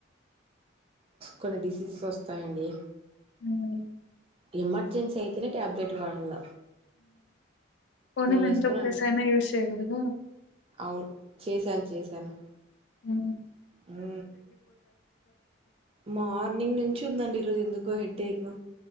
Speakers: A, on the right; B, on the left.
A: కొన్ని డిసీజెస్ వస్తాయండి
B: హ్మ్
A: ఎమర్జెన్సీ అయితే వేరే ట్యాబ్లెట్ వాడాళ్ళ
B: పోనీ మేము
A: వేసుకున్నాను
B: చెప్పేసైనా యూస్చేయరు ఉ
A: అవును చేశాను చేశాను
B: ఊ
A: ఉ మార్నింగ్ నుంచి ఉందండి ఈరోజు ఎందుకో హెడ్ ఏగ